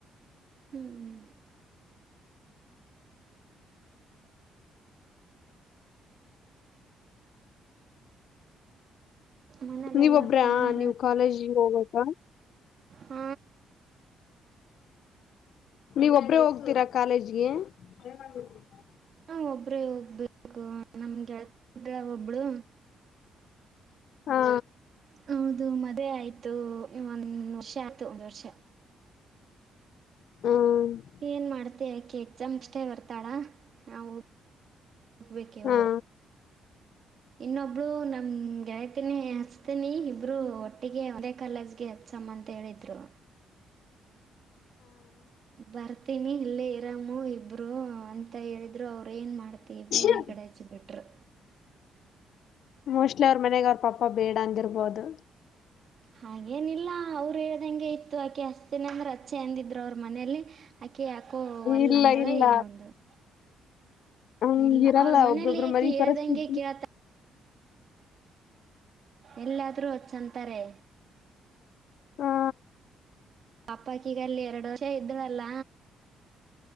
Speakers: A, on the right; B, on the left.
A: ಹ್ಮ್ ಹ್ಮ್ ಮನೇಲೆಲ್ಲ
B: ನೀವ್ ಒಬ್ರ
A: ಅಪ್ಪ ಅಮ್ಮ
B: ನೀವು ಕಾಲೇಜಿಗೆ ಹೋಗಬೇಕ
A: ಹ್
B: ನೀವ್ ಒಬ್ಬ್ರೇ ಹೋಗ್ತೀರಾ ಕಾಲೇಜ್ಗೆ. <inaudible>
A: ಹ ಒಬ್ಬರೇ ಹೋಗ್ಬೇಕು ನಮ್ಗೆಳತ್ರ ಒಬ್ಳು.
B: ಹಾ
A: ಹೌದು ಮದ್ವೆ ಆಯ್ತು ಒಂದ ವರ್ಷ ಆಯ್ತು ಒಂದು ವರ್ಷ.
B: ಹಾ-
A: ಏನ್ ಮಾಡ್ತೆ ಯಾಕೆ ಎಕ್ಸಾಮ್ ಅಷ್ಟೇ ಬರ್ತಾಳಾ ನಾವು. ಹೋಗಬೇಕ ಇವಾಗ
B: ಹಾ
A: ಇನ್ನೊಬ್ಳ ನಮ್ ಗೆಳತಿರಿ. ಹತೀನಿ ಹಚ್ತೀನಿ ಇಬ್ರು ಒಟ್ಟಿಗೆ ಒಂದೇ ಕಾಲೇಜ್ಗೆ ಹಚ್ಚಮ್ಮ ಅಂತ ಹೇಳಿದ್ರು. ಬರ್ತೀಮಿ ಇಲ್ಲೇ ಇರಾಮ ಇಬ್ರು ಅಂತ ಹೇಳಿದ್ರು ಅವ್ರ ಏನ್ ಮಾಡ್ತ. ತ್ತ ಬೇರೆ
B: ಹಾ
A: ಕಡಾಯಚು ಬಿಟ್ಟರು.
B: ಮೋಸ್ಟ್ಲಿ ಅವ್ರ ಮನೆಗೆ ಅವ್ರ ಪಪ್ಪ ಬೇಡ ಅಂದಿರ್ಬೋದು.
A: ಹಾಗೇನಿಲ್ಲ ಅವ್ರು ಹೇಳ್ದಂಗೆ ಇತ್ತು ಆಕೆ ಹಸ್ತಿನ ಅಂದೆ ಅಚ್ಚೆ ಅಂದಿದ್ರು ಅವ್ರ ಮನೆಯಲ್ಲಿ. ಆಾಕಿ ಯಾಕೋ ಯಲ್ಯಾಂದಲ
B: ಇಲ್ಲ ಇಲ್ಲ
A: ಏನು ಅಂದಳು.
B: ಹಂಗ
A: ಇಲ್ಲ
B: ಇರಲ್ಲ
A: ಅವ್ರ ಮನೇಲಿ
B: ಒಬ್ರೊಬ್ರ
A: ಯಾಕಿ
B: ಮನಿ
A: ಹೇಳ್ದಂಗೆ
B: ಪರಿಸ್ಥಿತಿ
A: ಕೇಳತ. ಎಲ್ಲಾದ್ರೂ ಹಚಂತಾರೆ.
B: ಹಾ
A: ಪಾಪಾಕ್ಕಿಗಲ್ಲಿ ಎರಡು ವರ್ಷ ಇದ್ರಲ್ಲ.